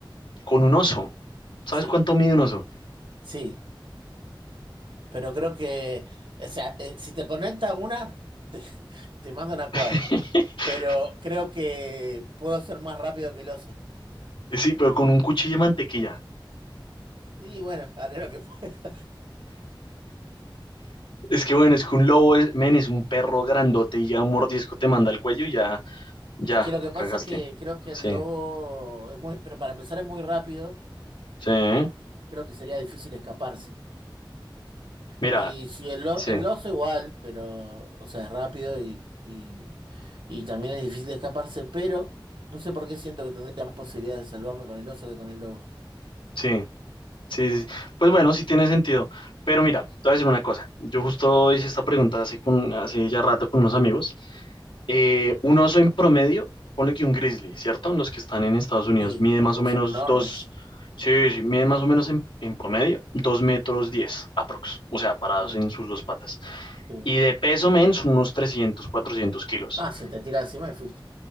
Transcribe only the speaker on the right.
Sí,
sí. Pero creo que, o sea, eh, si te conecta una, te, <laughs> te mando una cuadra.
Pero creo que puedo ser más rápido que el oso.
Y bueno, haré lo que <laughs> pueda.
Es que lo que pasa
es que creo que el
lobo es muy, pero para empezar es muy rápido,
creo que sería difícil escaparse.
Y si el, lo-
el oso igual, pero, o sea, es rápido y, y, y también es difícil escaparse, pero no sé por qué siento que tendría más posibilidades de salvarme con el oso que con el lobo.
Sí,
o
son enormes.
Sí,
sí.
Ah, se te tira encima y fuiste.